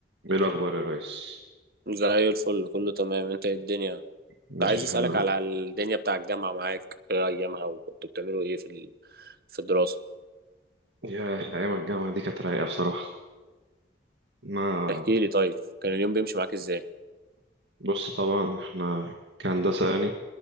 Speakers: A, on the right (about 80°); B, on the right (about 55°).
A: ايه الاخبار يا ريس
B: زي الفل كله تمام انت ايه الدنيا
A: ماشي
B: كنت عايز
A: الحال
B: اسالك
A: اهو
B: على الدنيا بتاع الجامعه معاك ايه ايامها وكنتوا بتعملوا ايه في ال... في الدراسه
A: يا ايام الجامعه دي كانت رايقه بصراحه ما
B: احكي لي طيب كان اليوم بيمشي معاك ازاي
A: بص طبعا احنا كهندسه يعني